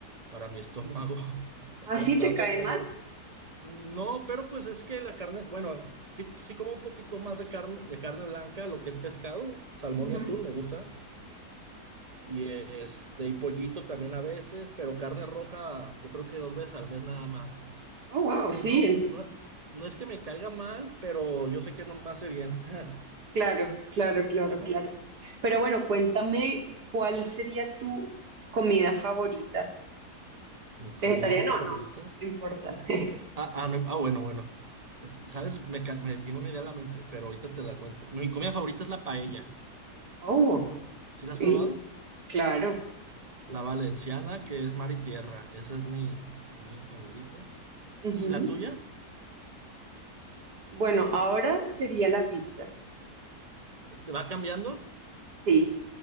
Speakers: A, on the right (about 25°); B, on the right (about 80°).
A: para mi estómago. <laughs>
B: ¿Así
A: Co- Trato
B: te cae
A: de comer.
B: mal?
A: No, pero pues es que la carne, bueno, sí, sí como un poquito más de carne, de carne blanca, lo que es pescado, salmón
B: Ujú.
A: y atún, me gusta. Y este, y pollito también a veces, pero carne roja, yo creo que dos veces al mes nada más.
B: Oh, wow, sí,
A: No,
B: entonces.
A: no, no es que me caiga mal, pero yo sé que no me hace bien. <laughs>
B: Claro, claro, claro,
A: Ajá.
B: claro. Pero bueno, cuéntame, ¿cuál sería tu comida favorita?
A: Mi
B: ¿Vegetariana
A: comida favorita.
B: o no? No importa.
A: Mm,
B: <laughs>
A: Ah, ah, me- ah, bueno, bueno. ¿Sabes? Me, ca- me vino una idea a la mente, pero ahorita te la cuento. Mi comida favorita es la paella.
B: Oh,
A: ¿Sí la has
B: y
A: probado?
B: claro.
A: La valenciana, que es mar y tierra. Esa es mi, mi comida favorita.
B: Ujú.
A: ¿Y la tuya?
B: Bueno, ahora sería la pizza.
A: ¿Te va cambiando?
B: Sí,